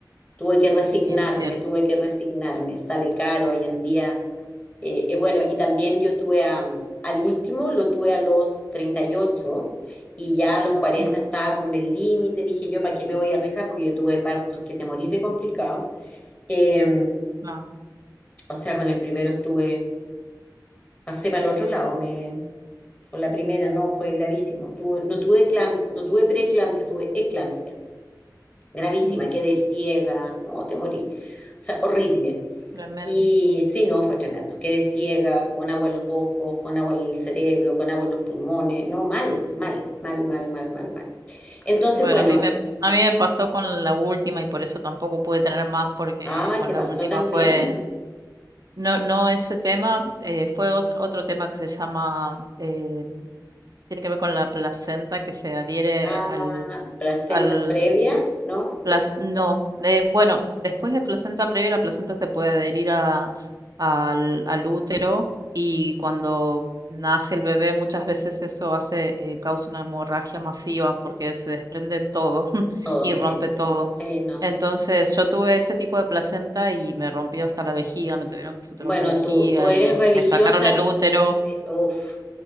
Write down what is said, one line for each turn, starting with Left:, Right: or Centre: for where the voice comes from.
Left: tuve que resignarme,
Right: sí, es cierto.
Left: tuve que resignarme, sale caro hoy en día. Eh, eh, bueno, y también yo tuve a- al último, lo tuve a los treinta y ocho y ya a los cuarenta
Right: Ujú,
Left: estaba como en el límite, dije yo, ¿para qué me voy a arriesgar? Porque yo tuve partos que te morís de complicado. Eh,
Right: No,
Left: o sea, con el primero estuve pasé para el otro lado, me, con la primera no, fue gravísimo. Tuve, no tuve eclampsia, no tuve preeclampsia, tuve eclampsia, gravísima,
Right: ujú,
Left: quedé ciega, no, te morí, o sea, horrible.
Right: tremendo.
Left: Y sí, no, fue tremendo. Quedé ciega, con agua en los ojos, con agua en el cerebro, con agua en los pulmones. No, mal, mal, mal, mal, mal, mal, mal. Entonces,
Right: Bueno,
Left: bueno,
Right: a mí me, a mí me pasó con la última y por eso tampoco pude tener más porque
Left: ay,
Right: con
Left: te pasó
Right: la última
Left: también.
Right: fue, no, no ese tema, eh, fue otro, otro tema que se llama, eh, tiene que ver con la placenta que se adhiere
Left: Ah,
Right: al,
Left: placenta
Right: al
Left: previa, ¿no?
Right: Plac- no, eh, bueno, después de placenta previa, la placenta se puede adherir a, al, al útero y cuando nace el bebé muchas veces eso hace, eh, causa una hemorragia masiva porque se desprende todo <laughs>
Left: Todo,
Right: y rompe
Left: sí.
Right: todo.
Left: Sí, no.
Right: Entonces yo tuve ese tipo de placenta y me rompió hasta la vejiga, me tuvieron que suturar
Left: Bueno,
Right: la vejiga
Left: tú, tú eres
Right: y
Left: religiosa,
Right: me sacaron el útero.
Left: eh, uf,